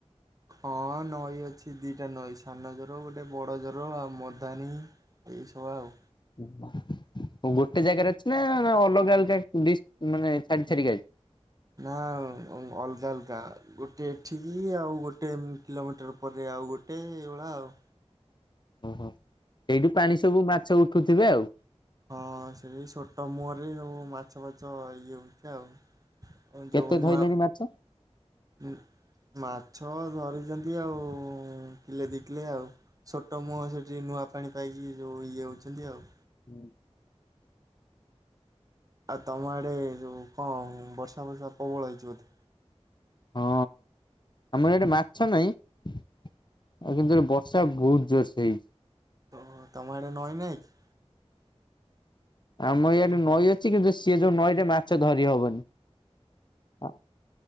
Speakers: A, on the right (about 35°); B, on the left (about 45°).
A: ହଁ ନଈ ଅଛି ଦି ଟା ନଈ ସାନ ଜୋର ଗୋଟେ ବଡ ଜୋର ଆଉ ମଧାନୀ। ଏଇ ସବୁ ଆଉ।
B: ହୁଁ ଅ ହଁ ଗୋଟେ ଜାଗାରେ ଅଛି ନା ଅଲଗା ଅଲଗା ଉ ଡିସ୍ ମାନେ ଛାଡି ଛାଡିକା ଅଛି?
A: ନା ଉଁ ଅଲଗା ଅଲଗା ଗୋଟେ ଏଠିକି ଆଉ ଗୋଟେ ଉଁ କିଲୋମିଟର ପ ରେ ଆଉ ଗୋଟେ ଏଇ ଭଳିଆ ଆଉ।
B: ଓହୋ ସେଇଠୁ ପାଣି ସବୁ ମାଛ ଉଠୁଥିବେ ଆଉ?
A: ହଁ ସେଇ ଛୋଟ ମୁହରେ ସବୁ ମାଛ ଫାଛ ଇଏ ହଉଚି ଆଉ। ଉଁ
B: କେତେ
A: ଯୋଉ ନୂଆ
B: ଧଇଲେଣି ମାଛ?
A: ଉଁ ମାଛ ଧରିଚନ୍ତି ଆଉ କିଲେ ଦି କିଲେ ଆଉ। ଛୋଟ ମୁହଁ ସେଠି ନୂଆ ପାଣି ପାଇକି ଯୋଉ ଇଏ ହଉଚନ୍ତି ଆଉ।
B: ହୁଁ।
A: ଆଉ ତମ ଆଡ଼େ ଯୋଉ କଣ ବର୍ଷା ବର୍ଷା ପ୍ରବଳ ହେଇଛି ବୋଧେ?
B: ହଁ ଆମର ଏଇଠି ମାଛ ନାଇଁ। ଆଉ କିନ୍ତୁ ଏଇଟି ବର୍ଷା ବହୁତ ଜୋରସେ ହେଇଚି।
A: ଓହୋ ତମ ଆଡେ ନଈ ନାଇଁ କି?
B: ଆମ ଇଆଡେ ନଈ ଅଛି କିନ୍ତୁ ସିଏ ଯୋଉ ନଈ ରେ ମାଛ ଧରି ହବନି। ଅ